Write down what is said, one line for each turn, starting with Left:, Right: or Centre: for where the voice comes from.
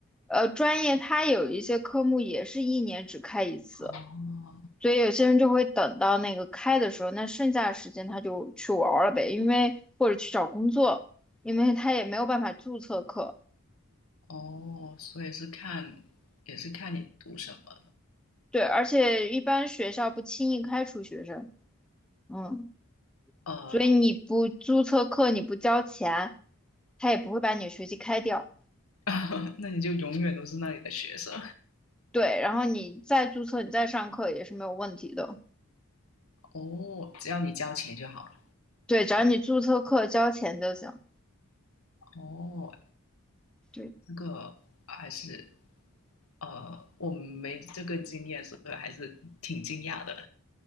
Centre: 呃专业它有一些科目也是一年只开一次。
Left: 哦，
Centre: 所以有些人就会等到那个开的时候，那剩下的时间他就去玩儿了呗，因为或者去找工作，因为他也没有办法注册课。
Left: 哦，所以是看，也是看你读什么
Centre: 对，而且一般学校不轻易开除学生，嗯，
Left: 呃。
Centre: 所以你不注册课，你不交钱，他也不会把你学籍开掉。
Left: <laughs> 那你就永远都是那里的学生
Centre: 对，然后你再注册，你再上课也是没有问题的。
Left: 哦，只要你交钱就好了。
Centre: 对，只要你注册课交钱就行。
Left: 哦，
Centre: 对。
Left: 这个还是呃，我没这个经验，所以还是挺惊讶的。